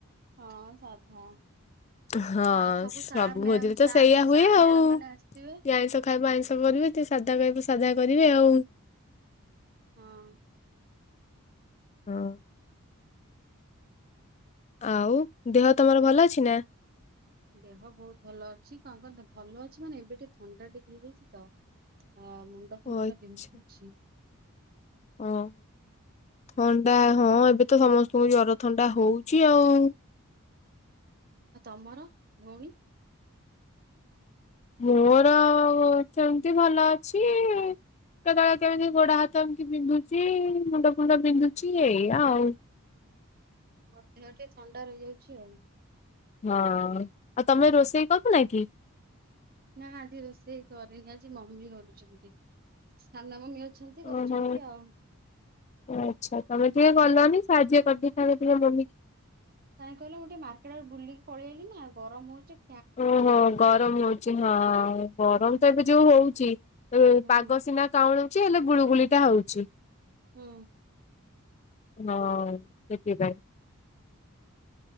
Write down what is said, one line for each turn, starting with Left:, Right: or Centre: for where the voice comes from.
Right: ହଁ ସାଧା।
Left: ହଁ
Right: ଆଉ
Left: ସବୁ
Right: ସାର୍ ମ୍ୟାମ୍
Left: ଭୋଜିରେ ତ
Right: ସାର୍
Left: ସେଇଆ
Right: ସାର୍
Left: ହୁଏ ଆଉ
Right: ମ୍ୟାଡାମ
Left: କିଏ
Right: ମାନେ ଆସିଥିବେ
Left: ଆଇଁଷ? ଖାଇବ ଆଇଁଷ କରିବେ ଯିଏ ସାଧା ଖାଇବ ସାଧା କରିବେ ଆଉ।
Right: ହଁ।
Left: ହଁ। ଆଉ ଦେହ ତମର ଭଲ ଅଛି ନା?
Right: ଦେହ ବହୁତ ଭଲ ଅଛି କଁ କଣ ଭଲ ଅଛି ମାନେ ଏବେ ଟିକେ ଥଣ୍ଡା ଟିକେ ହେଇଚି ତ। ହ ମୁଣ୍ଡ ଫୁଣ୍ଡ
Left: ଓ ଆଚ୍ଛା
Right: ଟା ବିନ୍ଧୁଛି।
Left: ହଁ। ଥଣ୍ଡା ହଁ ଏବେ ତ ସମସ୍ତଙ୍କୁ ଜର ଥଣ୍ଡା ହଉଛି ଆଉ।
Right: ଆ ତମର ଭଉଣୀ।
Left: ମୋର ସେମିତି ଭଲ ଅଛି। କେତେଳେ କେମିତି ଗୋଡ ହାତ ଏମିତି ବିନ୍ଧୁଛି ମୁଣ୍ଡ ଫୁଣ୍ଡ ବିନ୍ଧୁଛି ଏଇଆ ଆଉ।
Right: <inaudible> ଟିକେ ଥଣ୍ଡା ରହିଯାଇଚି ଆଉ।
Left: ହଁ ଆଉ ତମେ ରୋଷେଇ କରିନା କି?
Right: ନା ନା ଆଜି ରୋଷେଇ କରିନି ଆଜି ମମି ବି କରୁଚନ୍ତି। ସାନ ମମି ଅଛନ୍ତି କରୁଚନ୍ତି
Left: ଓହୋ
Right: ଆଉ।
Left: ଆଚ୍ଛା ତମେ ଟିକେ ଗଲନି ସାହାଯ୍ୟ କରି ଦେଇଥାନ୍ତ ମମି କି।
Right: କାଇଁ କହିଲ ମୁଁ ଟିକେ ମାର୍କେଟ ଆଡେ ବୁଲି ପଳେଇଆଇଲି ନା ଗରମ ହଉଚି।
Left: ଓହୋ ଗରମ ହଉଛି ହଁ ଗରମ ତ ଏବେ ଯୋଉ ହଉଛି। ହେ
Right: ହୁଁ
Left: ପାଗ ସିନା କାଉଁଳିଛି ହେଲେ ଗୁଳୁଗୁଳିଟା ହଉଛି।
Right: ହୁଁ।
Left: ହଁ ସେଥିପାଇଁ।